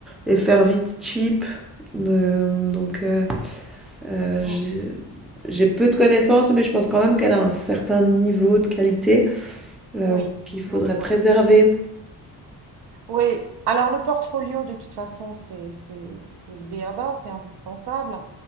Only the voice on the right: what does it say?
hmm,
oui,
d'accord.
Oui, alors le portfolio, de toute façon, c'est c'est- c'est le b à ba c'est indispensable.